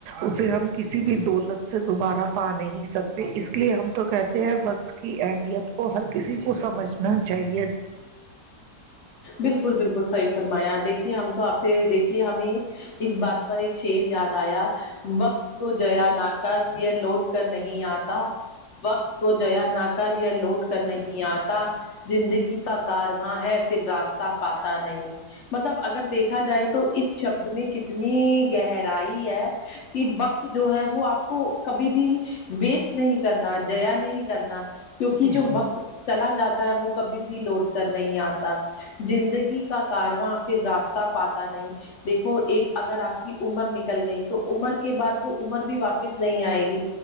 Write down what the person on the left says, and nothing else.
بالکل بالکل صحیح فرمایا دیکھئے ہم تو آپ سے دیکھ کہ ہمیں اس بات پر ایک شعر یاد آیا وقت کو جیا نہ کر یہ لوٹ کر نہیں آتا وقت کو جیا نہ کر یا لوٹ کر نہیں آتا جندگی کا کارواں ہے پھر راستہ پاتا نہیں مطلب اگر دیکھا جائے تو اس شبد میں کتنیی گہرائی ہے کہ وقت جو ہے وہ آپ کو کبھی بھی ویسٹ نہیں کرنا جیا نہیں کرنا کیونکہ
جو وقت چلا جاتا ہے وہ کبھی بھی لوٹ کر نہیں آتا جندگی کا کارواں پھر راستہ پاتا نہیں دیکھو ایک اگر آپ کی عمر نکل گئی تو عمر کے بعد وہ عمر بھی واپ س نہیں آئے گی